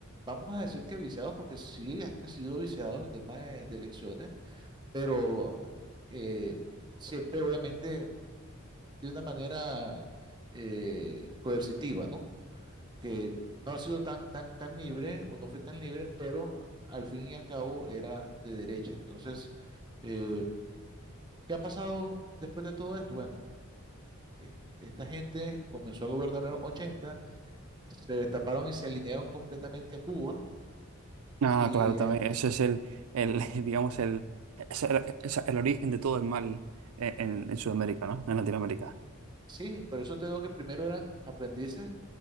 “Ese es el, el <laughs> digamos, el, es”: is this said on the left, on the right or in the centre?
Right